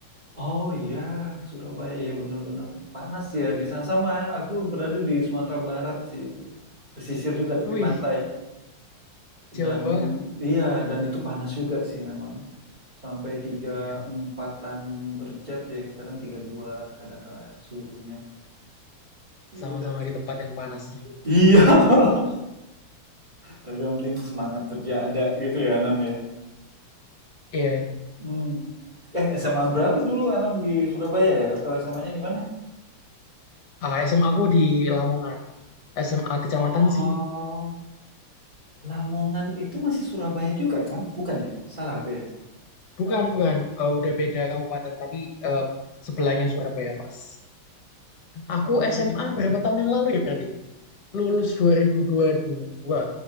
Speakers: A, on the right; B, on the left.
A: Oh iya, Surabaya iya benar-benar panas ya di sana. Sama, aku berada di Sumatera Barat sih. Pesisir juga tepi
B: Wih,
A: pantai.
B: jauh
A: Dan
B: banget.
A: iya, dan itu panas juga sih memang. Sampai tiga
B: Iya,
A: empatan derajat deh, kadang tiga dua kadang kala suhunya. Iya.
B: sama-sama di tempat yang panas nih.
A: Iya. <laughs> Tapi yang penting semangat kerja ada gitu ya Anam ya.
B: Iya,
A: Hmm. Eh SMA berapa dulu Anam di Surabaya ya? Atau SMA-nya di mana?
B: Ah, SMA aku di Lamongan. SMA kecamatan
A: Oh,
B: sih.
A: Lamongan itu masih Surabaya juga kan? Bukan ya? Salah aku ya?
B: Bukan, bukan. Eh, udah beda kabupaten tapi eh, sebelahnya Surabaya pas. Aku
A: Hmm.
B: SMA berapa tahun yang lalu ya berarti? lulus dua ribu dua ribu dua